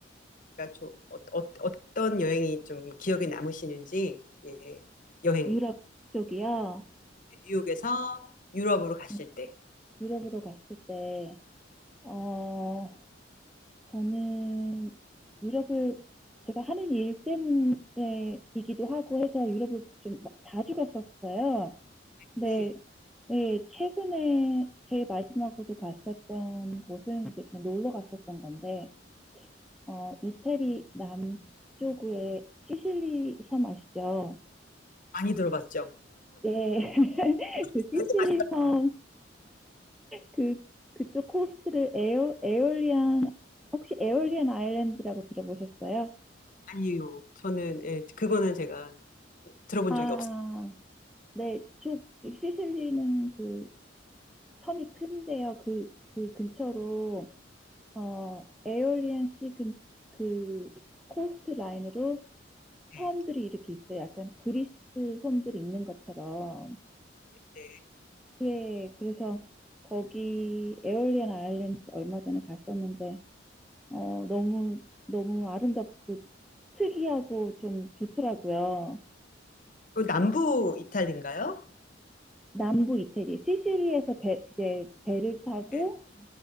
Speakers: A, on the left (about 45°); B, in the centre.
A: 나라가 좀, 어, 어, 어떤 여행이 좀 기억에 남으시는지, 예, 여행,
B: 유럽 쪽이요.
A: 뉴욕에서 유럽으로 갔을
B: 네,
A: 때,
B: 유럽으로 갔을 때, 어, 저는 유럽을 제가 하는 일 때문에이기도 하고 해서 유럽을 좀 마- 자주 갔었어요. 근데
A: 네,
B: 네, 최근에 제일 마지막으로 갔었던 곳은 이제 그냥 놀러 갔었던 건데, 어, 이태리 남쪽의 시실리 섬 아시죠?
A: 많이 들어봤죠.
B: 네, <laughs>
A: <laughs>
B: 그 시실리 섬 그, 그쪽 코스트를 에어, 에올리안, 혹시 에올리안 아일랜드라고 들어보셨어요?
A: 아니요. 저는 예, 그거는 제가 들어본
B: 아,
A: 적이 없어요.
B: 네, 쪽, 시실리는 그 섬이 큰데요. 그, 그 근처로, 어, 에올리안 씨 근, 그 코스트 라인으로
A: 네,
B: 섬들이 이렇게 있어요. 약간 그리스 섬들이 있는 것처럼.
A: 네.
B: 예, 그래서 거기 에올리안 아일랜드 얼마 전에 갔었는데, 어, 너무, 너무 아름답고 특이하고 좀 좋더라고요.
A: 그 남부 이탈리인가요?
B: 남부 이태리, 시시리에서 배, 이제 배를 타고
A: 네,